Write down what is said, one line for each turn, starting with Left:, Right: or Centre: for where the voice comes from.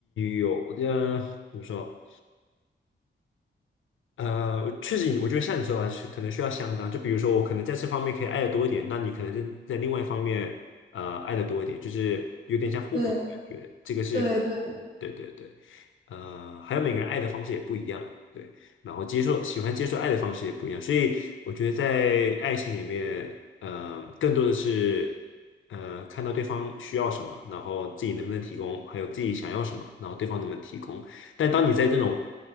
Left: 有的。怎么说？呃，确实，我觉得像你说的，是可能需要相当。就比如说，我可能在这方面可以爱的多一点，那你可能在在另外一方面，呃，爱的多一点，就是有点像互补的感觉。
Right: 对
Left: 这个是
Right: 对对
Left: 对对对，呃，还有每个人爱的方式也不一样，对，然后接受喜欢接受爱的方式也不一样，所以我觉得在爱情里面，呃，更多的是呃看到对方需要什么，然后自己能不能提供，还有自己想要什么，然后对方能不能提供。但当你在这种